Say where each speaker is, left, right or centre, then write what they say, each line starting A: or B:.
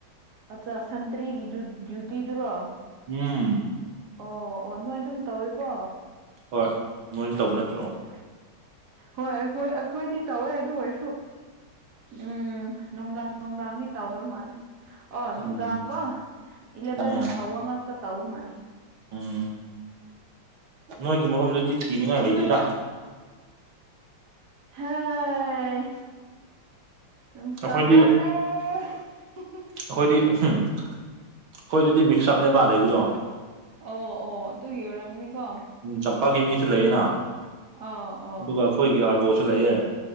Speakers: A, on the right; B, on the right.
A: ꯑꯠꯆꯥ ꯁꯟꯇ꯭ꯔꯤꯒꯤꯗꯨ ꯗ꯭ꯌꯨꯇꯤꯗꯨꯔꯣ
B: ꯎꯝ
A: ꯑꯣ ꯑꯣ ꯅꯣꯏ ꯑꯗꯨꯝ ꯇꯧꯋꯦꯀꯣ
B: ꯍꯣꯏ ꯅꯣꯏꯁꯨ ꯇꯧꯕ
A: ꯆꯠ
B: ꯅꯠꯇ꯭ꯔꯣ
A: ꯆꯠ ꯆꯥ ꯍꯣꯏ ꯑꯩꯈꯣꯏ ꯑꯩꯈꯣꯏꯗꯤ ꯇꯧꯋꯦ ꯑꯗꯨ ꯑꯣꯏꯔꯁꯨ ꯎꯝ ꯅꯨꯡꯗꯥꯡ ꯅꯨꯡꯗꯥꯡꯗꯤ ꯇꯧꯔꯃꯥꯜꯂꯦ ꯑꯣ
B: ꯎꯝ
A: ꯅꯨꯡꯗꯥꯡꯀꯣ ꯏꯂꯥꯚꯦꯟ
B: ꯎꯝ
A: ꯐꯥꯎꯕ ꯉꯥꯛꯇ ꯇꯧꯕ ꯃꯥꯜꯂꯦ
B: ꯎꯝ ꯅꯣꯏꯒꯤ ꯃꯐꯝꯗꯨꯗꯤ ꯀꯤꯅꯤꯡꯉꯥꯏ ꯂꯩꯇꯦꯗ
A: ꯍꯥꯏ ꯅꯨꯡꯁꯥ
B: ꯑꯩꯈꯣꯏꯗꯤ
A: ꯀꯜꯂꯦ <unintelligible>
B: ꯑꯩꯈꯣꯏꯗꯤ ꯍꯨꯝ ꯑꯩꯈꯣꯏꯗꯗꯤ ꯃꯤꯛꯁ ꯑꯞꯅꯦꯕ ꯂꯩꯕꯗꯣ
A: ꯑꯣ ꯑꯣ ꯑꯗꯨꯒꯤ ꯑꯣꯏꯔꯝꯒꯅꯤꯀꯣ
B: ꯎꯝ ꯆꯝꯄꯥꯛꯀꯤ ꯃꯤꯁꯨ ꯂꯩꯌꯦꯅ
A: ꯑꯥꯎ ꯑꯣ
B: ꯑꯗꯨꯒ ꯑꯩꯈꯣꯏꯒꯤ ꯑꯥꯔꯣꯁꯨ ꯂꯩꯌꯦ